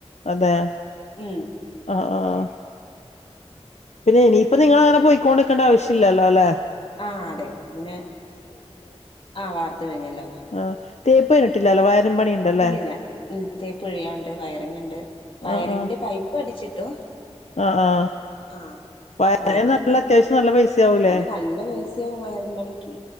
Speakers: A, on the left; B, on the left.
A: അതെ.
B: ഉം
A: ആഹ് ആഹ്. പിന്നെ ഇനിയിപ്പ നിങ്ങളങ്ങനെ പൊയ്ക്കോണ്ട്ക്കണ്ട ആവശ്യല്ലല്ലോ ല്ലെ.
B: ആഹ് അതെ. പിന്നെ ആഹ് വാർത്ത് കഴിഞ്ഞല്ലോ.
A: ആഹ് തേപ്പ് കഴിഞ്ഞിട്ടില്ലല്ലോ വയറിംഗ് പണി ഉണ്ടല്ലേ
B: ഇല്ലില്ല ഉം. തേപ്പ് കഴിയാണ്ട് വയറിങ്ങ് ണ്ട് വയറിങ്ങിന്റെ
A: ആ ആ
B: പൈപ്പ് അടിച്ചിട്ടു.
A: ആ ആ
B: ആഹ്
A: വയറിന്
B: ബാക്കി
A: നല്ല
B: ഇനി,
A: അത്യാവശ്യം നല്ല പൈസയാവൂലേ
B: അത് നല്ല പൈസ് സ്യാവും വയറിംഗ് പണിക്ക്.